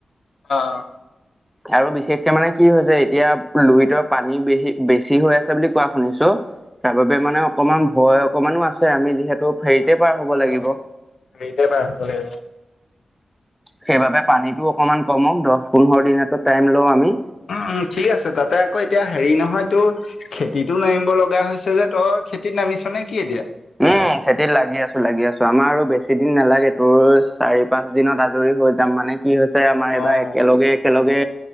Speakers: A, on the left (about 80°); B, in the centre.
A: আহ।
B: আৰু বিশেষকে মানে কি হৈছে এতিয়া লুইতৰ পানী বে বেছি হৈ আছে বুলি কোৱা শুনিছো। তাৰ বাবে মানে অকমান ভয় অকমানো আছে। আমি যিহেতু ফেৰীতে
A: <unintelligible> গাৰীতে
B: পাৰ হ'ব লাগিব
A: পাই শুব লাগিব।
B: সেইবাবে পানীতটো অকণমান কমক দহ পোন্ধৰ দিনত এটা টাইম লও আমি।
A: উম ঠিক আছে, তাতে আকৌ এতিয়া হেৰি নহয় তোৰ খেতিটো নামিব লগা হৈছে যে, তই খেতিত নামিছা নে কি এতিয়া?
B: উম খেতিত লাগি আছো, লাগি আছো, আমাৰ আৰু বেছি দিন নালাগে তোৰ চাৰি পাঁচ দিনত আজৰি হৈ যাম, মানে কি হৈছে আমাৰ
A: অ',
B: এইবাৰ একেলগে একেলগে